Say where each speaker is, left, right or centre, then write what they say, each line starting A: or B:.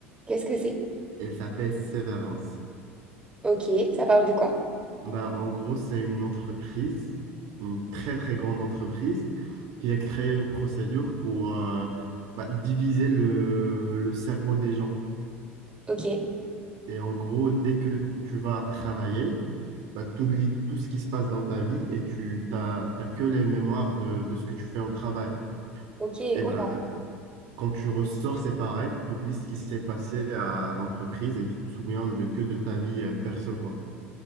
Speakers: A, on the right; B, on the right.
A: Qu'est-ce que c'est?
B: Elle s'appelle Severance.
A: Ok, ça parle de quoi?
B: Bah, en gros, c'est une entreprise, une très très grande entreprise, qui a créé une procédure pour euh, bah, diviser le, le cerveau des gens.
A: Ok,
B: Et en gros, dès que tu vas travailler, bah, tu oublies tout ce qui se passe dans ta vie et tu t'as, t'as que les mémoires de, de ce que tu fais en travail.
A: ok,
B: Et
A: oula.
B: bah, quand tu ressors, c'est pareil, tu oublies ce qui s'est passé à l'entreprise et tu te souviens de, que de ta vie euh, perso, quoi.